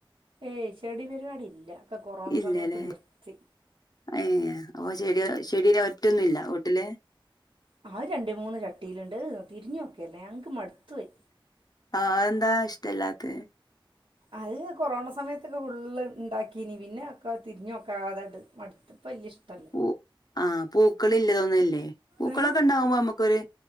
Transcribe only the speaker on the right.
ഏയ് ചെടി പരിപാടില്ല. ഒക്കെ കൊറോണ
സമയത്ത് നിർത്തി.
അത് രണ്ട് മൂന്ന് ചട്ടിയിലുണ്ട് തിരിഞ്ഞു നോക്കെല്ല ഞങ്ങൾക്ക് മടുത്ത് പോയി.
അത് കൊറോണ സമയത്തൊക്കെ ഫുള്ള് ഉണ്ടാക്കീനി പിന്നെ തിരിഞ്ഞോക്കാതെണ്ട് മട്ത്ത്. ഇപ്പല്ല്യ ഇഷ്ടല്ല.
ഏ